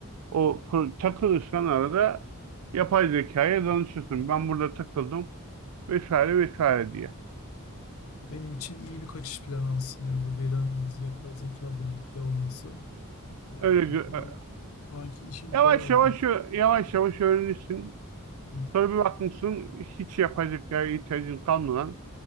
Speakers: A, on the right; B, on the left.
A: O pro- takılırsan arada yapay zekaya danışırsın. Ben burada takıldım vesaire vesaire diye.
B: Benim için iyi bir kaçış planı aslında ya bu veri analizi, yapay zeka birlikte olması. Ee,
A: Öyle gö-
B: şu
A: e,
B: an, şu anki işim
A: yavaş
B: bayağı
A: yavaş
B: kötü.
A: ö- yavaş yavaş öğrenirsin.
B: Hı.
A: Sonra bir bakmışsın hiç yapay zekaya ihtiyacın kalmadan